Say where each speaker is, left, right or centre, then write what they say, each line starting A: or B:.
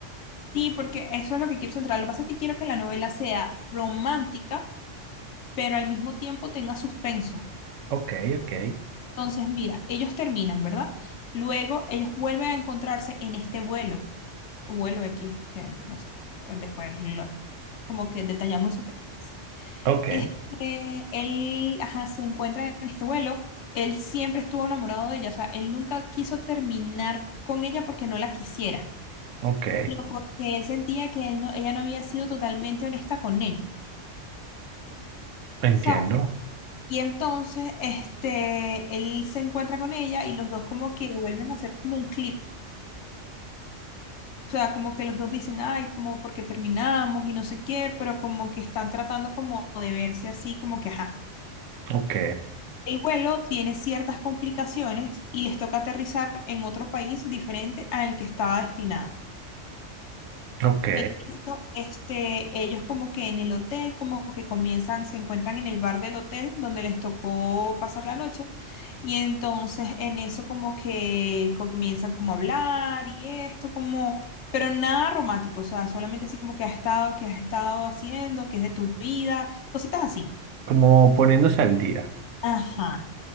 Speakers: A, on the left (about 70°); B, on the right (about 85°).
A: Sí, porque eso es lo que quiero centrar. Lo que pasa es que quiero que la novela sea romántica, pero al mismo tiempo tenga suspenso.
B: Ok, ok,
A: Entonces, mira, ellos terminan, ¿verdad? Luego ellos vuelven a encontrarse en este vuelo, un vuelo X, que no sé, después lo- como que detallamos esos detalles.
B: ok,
A: Este, él, ajá, se encuentra en este vuelo, él siempre estuvo enamorado de ella, o sea, él nunca quiso terminar con ella porque no la quisiera,
B: ok,
A: sino porque él sentía que él no, ella no había sido totalmente honesta con él.
B: entiendo,
A: ¿sabes? Y entonces, este, él se encuentra con ella y los dos como que vuelven a hacer como un clip. O sea, como que los dos dicen, ay, como porque terminamos y no sé qué, pero como que están tratando como de verse así, como que, ajá.
B: ok,
A: El vuelo tiene ciertas complicaciones y les toca aterrizar en otro país diferente al que estaba destinado.
B: ok,
A: En esto, este, ellos como que en el hotel, como que comienzan, se encuentran en el bar del hotel donde les tocó pasar la noche y entonces en eso como que comienzan como a hablar y esto como, pero nada romántico, o sea, solamente así como que has estado, que has estado haciendo, que es de tu vida, cositas así.
B: como poniéndose al día,
A: Ajá.